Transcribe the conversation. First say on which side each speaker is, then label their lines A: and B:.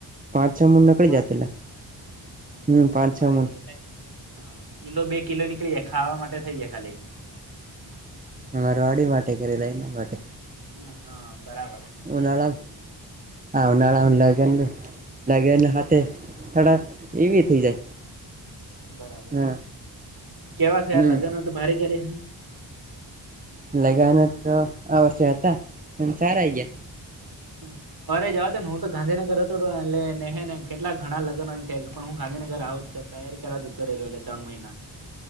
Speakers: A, on the right (about 20°); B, on the right (about 50°).
A: પાંચ છ મણના કઈ
B: પાંચ
A: જાતેલા
B: ને
A: હમ
B: બરાબર
A: પાંચ
B: અમારે
A: છ મણ.
B: નહી એટલે હમ કિલો બે કિલો નીકળી જાય ખાવા માટે થઇ જાય ખાલી.
A: અમાર વાડી માટે કરેલા એના માટે.
B: હ હા બરાબર.
A: ઉનાળામ આ ઉનાળા લગન હોત ય થડા એવી થઈ જાય.
B: બરાબર
A: હા
B: ને કેવા થયા
A: હમ
B: લગ્નો તો ભારે કરી છે.
A: લગના તો આ વર્ષે હતા સારા આયા.
B: હમ. અરે જવા ત ને હું તો ગાંધીનગર હતો એલેને ને કેટલાક ઘણા લગ્ન છે પણ હું ગાંધીનગર આવું જ. તૈયારી કરવા જતો રયલો ત્રણ મહિના.